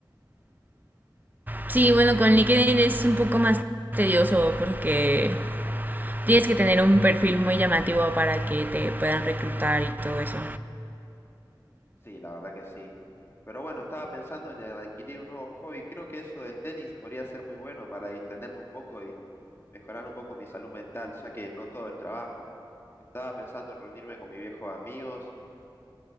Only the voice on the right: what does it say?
Sí, bueno, con LinkedIn es un poco más tedioso porque tienes que tener un perfil muy llamativo para que te puedan reclutar y todo eso.